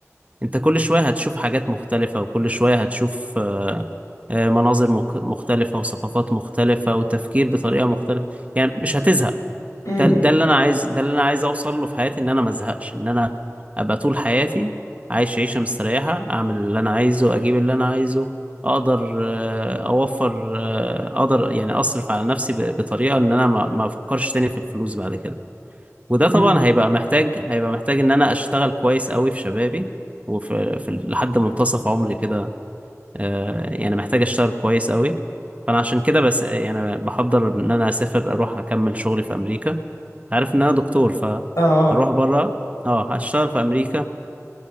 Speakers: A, on the right (about 25°); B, on the left (about 85°).
A: انت كل شوية هتشوف حاجات مختلفة وكل شوية هتشوف آه، آه، مناظر مك- مختلفة وثقافات مختلفة وتفكير بطريقة مختلفة يعني مش هتزهق
B: امم
A: ده ده اللي انا عايز ده اللي انا عايز اوصل له في حياتي ان انا ما ازهقش ان انا ابقى طول حياتي عايش عيشه مستريحه اعمل اللي انا عايزه اجيب اللي انا عايزه اقدر آه، اوفر آه، اقدر يعني اصرف على نفسي ب- بطريقه ان انا ما ما افكرش تاني في الفلوس بعد كده وده
B: امم
A: طبعا هيبقى محتاج هيبقى محتاج ان انا اشتغل كويس قوي في شبابي وفي في لحد منتصف عمري كده آه، يعني محتاج اشتغل كويس قوي فانا عشان كده بس يعني بحضر ان انا اسافر اروح اكمل شغلي في امريكا أنت عارف ان انا دكتور فهروح
B: اه اه
A: بره اه هشتغل في امريكا أ-